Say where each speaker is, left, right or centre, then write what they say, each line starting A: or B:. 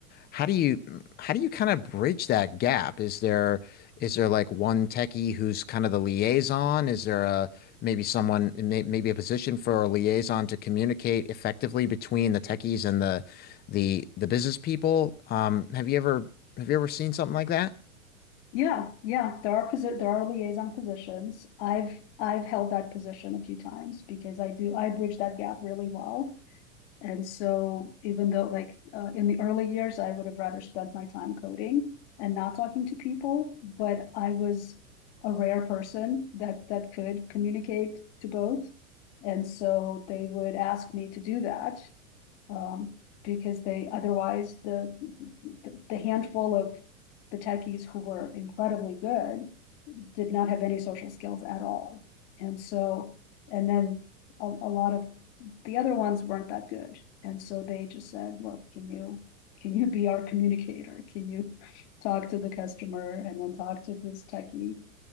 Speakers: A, on the left; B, on the left.
A: How do you mm, how do you kind of bridge that gap? Is there is there like one techie who's kind of the liaison? Is there a maybe someone may, maybe a position for a liaison to communicate effectively between the techies and the the the business people? Um, have you ever have you ever seen something like that?
B: Yeah, yeah, there are posi- there are liaison positions. I've I've held that position a few times because I do I bridge that gap really well. And so even though like uh, in the early years I would have rather spent my time coding and not talking to people, but I was a rare person that that could communicate to both. And so they would ask me to do that um, because they, otherwise, the, the the handful of the techies who were incredibly good did not have any social skills at all. And so, and then a, a lot of the other ones weren't that good. And so they just said, look, can you, can you be our communicator? Can you talk to the customer and then talk to this techie?